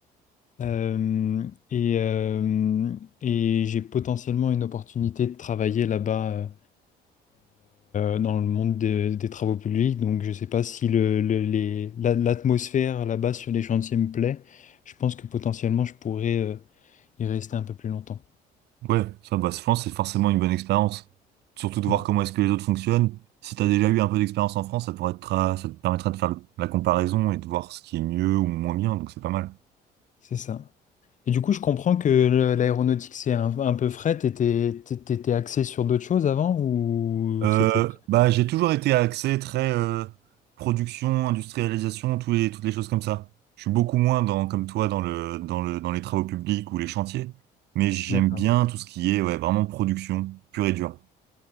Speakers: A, on the left; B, on the right.
A: Euh, et euh, et j'ai potentiellement une opportunité de travailler là-bas euh, euh, dans le monde de- des travaux publics. Donc je ne sais pas si le, le- les, la- l'atmosphère là-bas sur les chantiers me plaît. Je pense que potentiellement je pourrais euh, y rester un peu plus longtemps.
B: Ouais, ça, bah, je pense que c'est forcément une bonne expérience. Surtout de voir
A: Mm.
B: comment est-ce que les autres fonctionnent. Si tu as déjà eu un peu d'expérience en France, ça pourrait être, à- ça te permettra de faire le- la comparaison et de voir ce qui est mieux ou moins bien, donc c'est pas mal.
A: C'est ça. Et du coup, je comprends que le- l'aéronautique, c'est un, un peu fret. T'étais, t'é- t'étais axé sur d'autres choses avant ou
B: Euh,
A: c'était...
B: bah, j'ai toujours été axé très euh, production, industrialisation, tous les, toutes les choses comme ça. Je suis beaucoup moins dans, comme toi dans le, dans le, dans les travaux publics ou les chantiers, mais j'aime
A: D'accord.
B: bien tout ce qui est ouais, vraiment production pure et dure.